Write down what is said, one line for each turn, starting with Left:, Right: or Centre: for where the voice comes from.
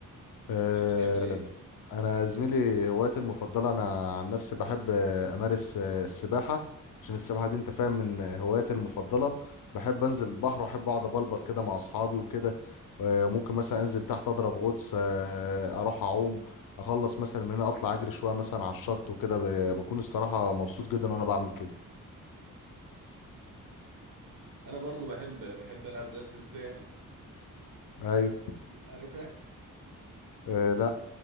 Left: آه،
Right: بتحب تعمل ايه؟
Left: انا زميلي هوايتي المفضله انا عن نفسي بحب آه، امارس آه، السباحه عشان السباحه دي انت فاهم من آه، هواياتي المفضله بحب انزل البحر واحب اقعد ابلبط كده مع اصحابي وكده آه، ممكن مثلا انزل تحت اضرب غطس آه، اروح اعوم اخلص مثلا من هنا اطلع اجري شويه مثلا على الشط وكده ب- بكون الصراحه مبسوط جدا وانا بعمل كده
Right: انا برضو بحب بحب العب رياضة الزانة
Left: ايوه
Right: عارفها؟
Left: آه لا